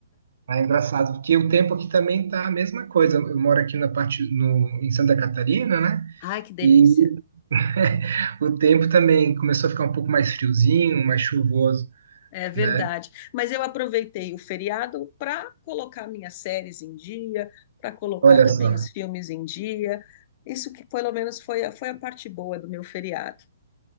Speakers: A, on the right; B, on the left.
A: ah, é engraçado, porque o tempo aqui também tá a mesma coisa. Eu moro aqui na parte, no, em Santa Catarina, né?
B: Ai, que delícia.
A: E <laughs> o tempo também começou a ficar um pouco mais friozinho, mais chuvoso,
B: É verdade.
A: né?
B: Mas eu aproveitei o feriado para colocar minhas séries em dia, para colocar
A: Olha
B: também
A: só.
B: os filmes em dia. Isso que pelo menos foi a, foi a parte boa do meu feriado.